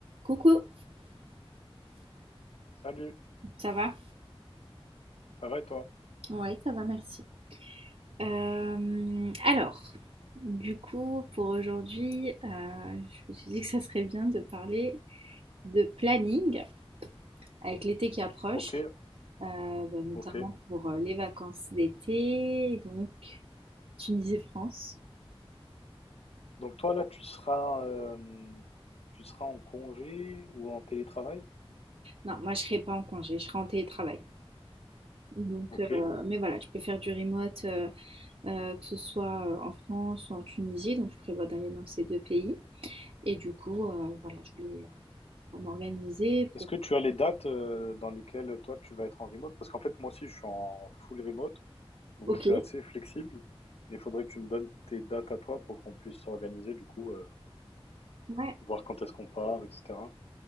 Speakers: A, on the right; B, on the left.
A: Coucou,
B: Salut,
A: ça va?
B: ça va et toi?
A: Ouais, ça va, merci. Euh, alors, du coup, pour aujourd'hui, euh, je me suis dit que ça serait bien de parler de planning avec l'été qui approche,
B: Ok,
A: euh, bah, notamment
B: ok.
A: pour euh, les vacances d'été. Donc, tu me disais France.
B: Donc toi là, tu seras, euh, tu seras en congé ou en télétravail?
A: Non, moi, je serai pas en congé, je serai en télétravail. Donc,
B: Ok.
A: euh, mais voilà, je peux faire du remote, euh, euh, que ce soit euh, en France ou en Tunisie. Donc, je prévois d'aller dans ces deux pays. Et du coup, euh, voilà, je voulais à m'organiser
B: Est-ce
A: pour
B: que tu as les dates euh, dans lesquelles toi tu vas être en remote? Parce qu'en fait moi aussi je suis en full remote, donc
A: Ok.
B: je suis assez flexible. Mais il faudrait que tu me donnes tes dates à toi pour qu'on puisse s'organiser du coup, euh,
A: Ouais,
B: voir quand est-ce qu'on part, etc.